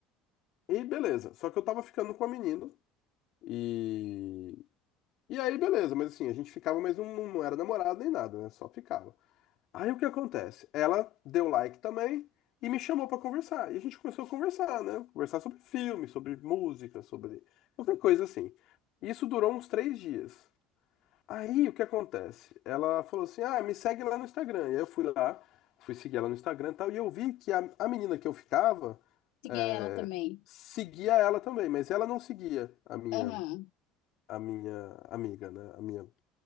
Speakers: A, on the left; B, on the left.
A: E beleza. Só que eu tava ficando com a menina. E. E aí, beleza. Mas assim, a gente ficava, mas não, não era namorado nem nada, né? Só ficava. Aí o que acontece? Ela deu like também e me chamou pra conversar. E a gente começou a conversar, né? Conversar sobre filme, sobre música, sobre qualquer coisa assim. Isso durou uns três dias. Aí o que acontece? Ela falou assim: Ah, me segue lá no Instagram. E aí eu fui lá, fui seguir ela no Instagram e tal. E eu vi que a, a menina que eu ficava
B: Siga
A: é,
B: ela também.
A: seguia ela também, mas ela não seguia a minha,
B: Aham.
A: a minha amiga, né? A minha,